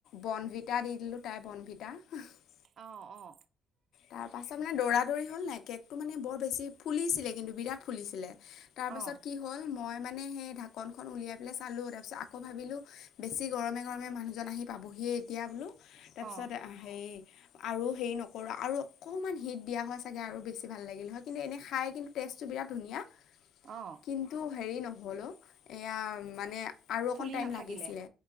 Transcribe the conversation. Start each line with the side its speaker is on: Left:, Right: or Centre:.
Left: বনভিত। <unintelligible> তাইক দি দিলো তাই বনভিটা <unintelligible>
Right: আহ অ
Left: তাৰপাছত মানে দৌৰা দৌৰি হ'ল নাই কেকটো মানে বৰ বেছি ফুলিছিলে, কিন্তু বিৰাট ফুলিছিলে <unintelligible> তাৰ
Right: অ',
Left: পাছত কি হ'ল মই <unintelligible> মানে সেই ঢাকনখন উলিয়াইলাই চালোঁ তাৰ পিছত আকৌ ভাবিলো বেছি গৰমে গৰমে মানুহজন আহি পাবহি <unintelligible> সেই এতিয়া বোলো
Right: অ
Left: তাৰপিছত হেৰি আৰু হেৰি নকৰোঁ আৰু অকণমান হিট দিয়া হয় চাগে আৰু বেছি ভাল লাগিল হয় কিন্তু এনেই খাই কিন্তু টেষ্টটো বিৰাট ধুনীয়া। <unintelligible>
Right: অ
Left: কিন্তু হেৰি নহল অ এয়া মানে আৰু অকণ
Right: ফুলি
Left: টাইম
Right: নাথাকিলে
Left: লাগিছিলে